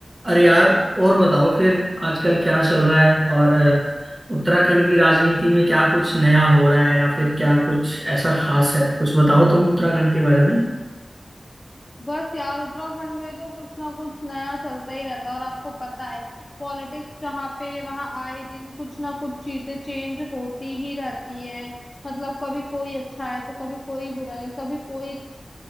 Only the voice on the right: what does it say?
अरे यार और बताओ फिर आजकल क्या चल रहा है और अ, उत्तराखंड की राजनीति में क्या कुछ नया हो रहा है या फिर क्या कुछ ऐसा खास है कुछ बताओ तुम उत्तराखंड के बारे में